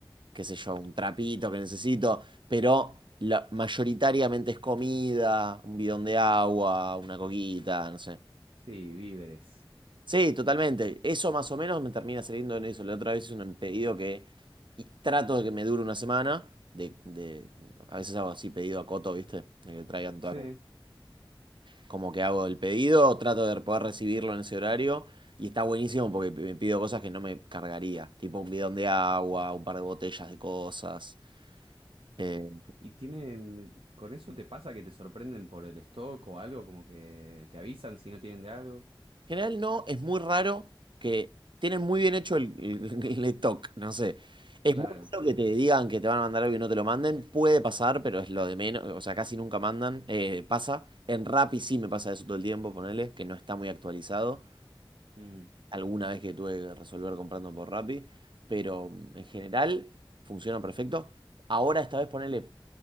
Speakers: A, on the right; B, on the right.
A: qué sé yo, un trapito que necesito, pero la- mayoritariamente es comida, un bidón de agua, una coquita, no sé.
B: sí, víveres.
A: Sí, totalmente. Eso más o menos me termina saliendo en eso. La otra vez es un pedido que y trato de que me dure una semana. De, de- a veces hago así pedido a Coto, ¿viste? De que traigan
B: Sí,
A: todo. Como que hago el pedido, trato de poder recibirlo en ese horario. Y está buenísimo porque me pido cosas que no me cargaría. Tipo un bidón de agua, un par de botellas de cosas. Eh,
B: y tienen, ¿con eso te pasa que te sorprenden por el stock o algo? Como que te avisan si no tienen de algo.
A: En general no, es muy raro que tienen muy bien hecho el, el, el stock, no sé. Es
B: Claro.
A: muy raro que te digan que te van a mandar algo y no te lo manden. Puede pasar, pero es lo de menos. O sea, casi nunca mandan. eh, pasa. En Rappi sí me pasa eso todo el tiempo, ponele, que no está muy actualizado
B: Mm,
A: alguna vez que tuve que resolver comprando por Rappi, pero mm, en general funciona perfecto. Ahora esta vez ponele,